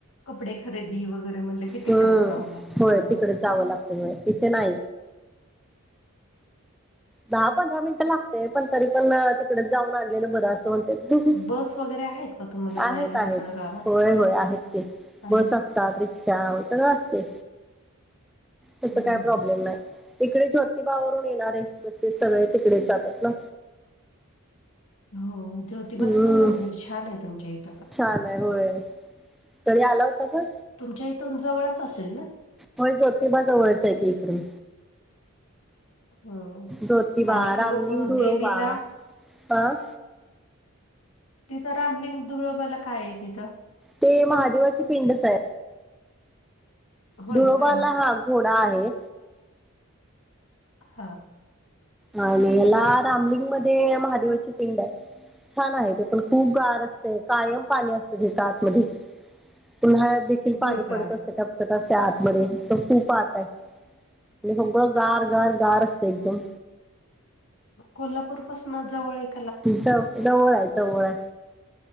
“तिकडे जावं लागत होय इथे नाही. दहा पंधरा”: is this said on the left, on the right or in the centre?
Centre